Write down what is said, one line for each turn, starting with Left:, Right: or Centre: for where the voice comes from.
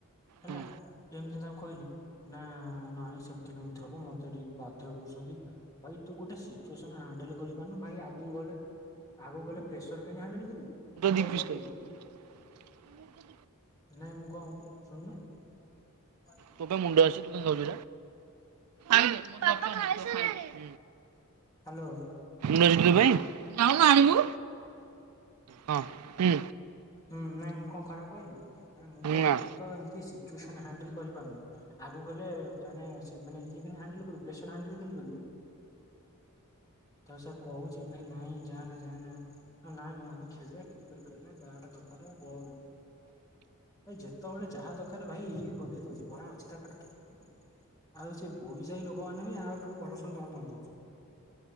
Left: ହେଲା
Right: ହୁଁ
Left: ଏମିତି ତାଙ୍କୁ କହିଲି ନା ନାଇଁ ସେମିତି କେମିତି ହବ ମତେ ଟିକ ବାଧ୍ୟ କରୁଛନ୍ତି ଭାଇ ତୁ ଗୋଟେ ସିଚୁଏସନ ହାଣ୍ଡେଲ। କରିପାରୁନୁ ଭାଇ ଆଗକୁ ଗଲେ ଆଗକୁ ଗଲେ ପ୍ରେସର କେମତି ହାଣ୍ଡେଲେ କରିବି? ମୁଁ
Right: ଦି
Left: ତ
Right: ପିସ୍
Left: ସେଇଆ
Right: ଖାଇଛି।
Left: କହିଲି ।
Right: ହୁଁ
Left: ନାଇଁ ମୁଁ କଣ ଶୁଣୁନୁ ।
Right: ତୋ ପାଇଁ ମୁଣ୍ଡ ଅଛି ତୁ କଣ ଖାଉଛୁ ଏଟା ।
Left: ହ୍ୟାଲୋ।
Right: ନରେନ୍ଦ୍ର ଭାଇ। ହଉ। ଆଣିବୁ ହଁ ହୁଁ।
Left: ହୁଁ ନାଇଁ ମୁଁ କଣ ଖରାପ କହିଲି ମୁଁ କହିଲି
Right: ନା
Left: ତୁ ତ ଏମତି ସିଚୁଏସନ ହାଣ୍ଡେଲେ କରିପାରୁନୁ। ଆଗକୁ ଗଲେ ମାନେ ସେ ଇଏ କେମିତି ହାଣ୍ଡେଲ କରିବୁ ପ୍ରେସର ହାଣ୍ଡେଲ କେମିତି କରିବୁ ତ ସେ କହୁଚି ଭାଇ ନାଇଁ ଯା ଯା ନାଇଁ ନାଇଁ ଆମେ ଖେଳିବା । କ୍ରିକେଟ୍ ଖେଳିବା ବ୍ୟାଟ ତମର ବଲ୍ ୟେ ଯେତେବେଳେ ଯାହା ଦରକକାର ଭାଇ ଇଏ ଗଦେଇ ଦଉଛି ଭରା ଅଛି ତା ପାଖରେ ଆଉ ସେ ଭୋଇ ସାହି ଲୋକମାନେ ବି ଆୁଠୁ ଭଲ ଦଉଛନ୍ତି